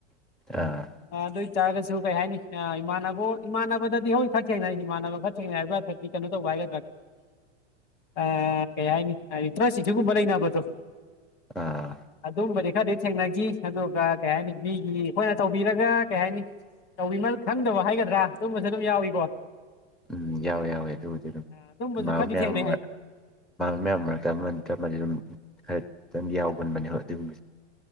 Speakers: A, in the centre; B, on the left.
A: ꯑꯥ
B: ꯑꯗ ꯇꯥꯔꯒꯁꯨ ꯀꯩ ꯍꯥꯏꯅꯤ ꯏꯃꯥꯟꯅꯕ ꯏꯃꯥꯟꯅꯕꯗꯗꯤ ꯍꯣꯏ ꯈꯔ ꯊꯦꯡꯅꯩ ꯏꯃꯥꯟꯅꯕ ꯈꯔ ꯊꯦꯡꯅꯩ ꯍꯥꯏꯕꯥꯊꯛꯇꯗꯤ ꯀꯩꯅꯣ ꯇꯧꯕ ꯍꯥꯏ ꯑ ꯀꯩ ꯍꯥꯏꯅꯤ ꯇ꯭ꯔꯁꯨꯨꯒꯨꯝꯕ ꯂꯩꯅꯕꯗꯨ
A: ꯑꯥ
B: ꯑꯗꯨ ꯑꯗꯨ ꯃꯗꯤ ꯈꯔꯗꯤ ꯊꯦꯡꯅꯈꯤ ꯑꯗꯨꯒ ꯀꯩ ꯍꯥꯏꯅꯤ ꯃꯤꯒꯤ ꯑꯩꯈꯣꯏꯅ ꯇꯧꯕꯤꯔꯒ ꯀꯩ ꯍꯥꯏꯅꯤ ꯇꯧꯕꯤꯃꯜ ꯈꯪꯗꯕ ꯍꯥꯏꯒꯗ꯭ꯔꯥ ꯁꯨꯝꯕꯁꯨ ꯑꯗꯨꯝ ꯌꯥꯎꯏꯀꯣ
A: ꯎꯝ ꯌꯥꯎꯋꯦ ꯌꯥꯎꯋꯦ ꯑꯗꯨꯕꯨꯗꯤ ꯑꯗꯨꯝ
B: ꯑꯗꯨꯝꯕꯁꯨ
A: ꯃꯌꯥꯝ
B: ꯈꯔꯗꯤ ꯊꯦꯡꯅꯩ ꯍꯥꯏ
A: ꯃꯌꯥꯝ ꯃꯔꯛꯇ ꯑꯃ ꯅꯠꯇ ꯃ ꯑꯗꯨꯝ ꯍꯥꯏꯐꯦꯠꯇꯪ ꯌꯥꯎꯒꯟꯕꯅꯦꯕ ꯑꯗꯨꯒꯨꯝꯕꯁꯦ